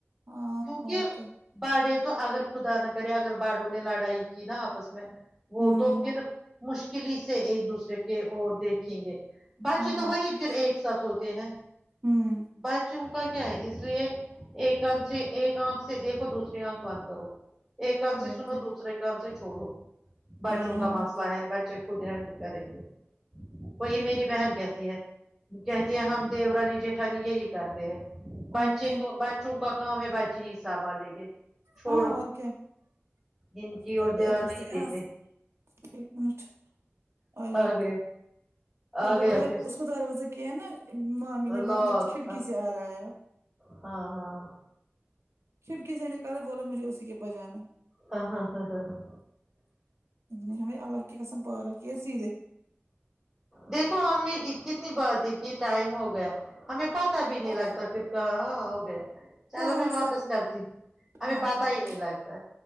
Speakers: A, on the right; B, in the centre.
A: ہاں
B: کیونکہ
A: اور کیا
B: بڑے تو اگر خدا نہ کرے اگر بڑوں نے لڑائی کی نا آپس میں وہ
A: ہوں
B: تو پھر مشکلی سے ایک دوسرے کے اور دیکھیں گے بچے
A: ہاں
B: تو
A: اور
B: وہی
A: کیا
B: پھر ایک ساتھ ہوتے ہیں
A: ہوں
B: بچے ان کا کیا ہے اس لیے ایک کان سے ایک آنکھ سے دیکھو دوسریے آنکھ بند کرو ایک کان سے
A: اور
B: سنو
A: کیا
B: دوسرے کان سے چھوڑو بچوں
A: ہاں
B: کا واسطہ بچے خود ہینڈل کریں گے وہی میری بہن کہتی ہے وہ کہتی ہے ہم دیورانی جیٹھانی یہی کرتے ہیں بچے
A: اور کیا
B: کو بچوں کا کام ہے بچے ہی سمبھال لیں گے چھوڑو
A: ہاں اور کیا
B: ان کی
A: آ
B: اور
A: گئے
B: دھیان
A: پھر
B: نہیں
A: سے یہاں
B: دیتے
A: سے ایک منٹ آےیہ
B: آ گیا آ
A: یہ بول
B: گیا
A: رہے ہیں
B: کس
A: اس کو دروازہ کیا ہے نا مامی نے
B: لاک
A: باندھ دیا کھڑکی سے آ رہا ہے آپ
B: ہاں ہاں
A: کھڑکی سے نکالا بولو مجھے اسی کے پاس جاناہے
B: ہاں ہاں ہاں ہاں ہاں
A: نے ہمیں اللہ کی قسم پاگل کی سیدھے
B: دیکھو ہم نے کتنی بات ہے کہ ٹائم ہو گیا ہمیں پتا بھی نہیں
A: ہوگا
B: لگتا پھر کہاں آ اؤ گے چلو
A: ہاں
B: میں واپس
A: سچ
B: کرتی ہ ہمیں
A: ہاں
B: پتاہ
A: ٹھیک
B: ہی نہیں
A: ہے
B: لگتا